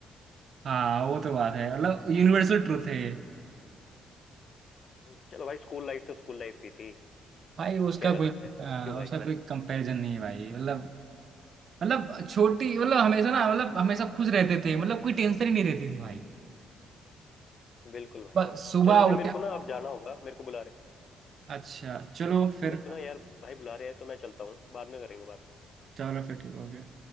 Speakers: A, on the right; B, on the left.
A: हाँ वो तो बात है मतलब यूनिवर्सल ट्रूथ है ये
B: हम्म, चलो भाई स्कूल लाइफ तो स्कूल लाइफ ही थी
A: भाई उसका
B: तो क्या कर
A: कोई
B: सकते
A: अ,
B: हैं क्यों भाई
A: उसका कोई कंपैरिजन नहीं है भाई मतलब मतलब छोटी मतलब हमेशा ना मतलब हमेशा खुश रहते थे मतलब कोई टेंशन ही नहीं रहती थी भाई
B: बिल्कुल भाई
A: बस सुबह
B: चलो भाई
A: उठे
B: मेरे को ना अब जाना होगा मेरे को बुला रहे
A: अच्छा चलो फिर
B: मेरे को ना यार भाई बुला रहे हैं तो मैं चलता हूँ बाद में करेंगे बात
A: चलो फिर ठीक हो गया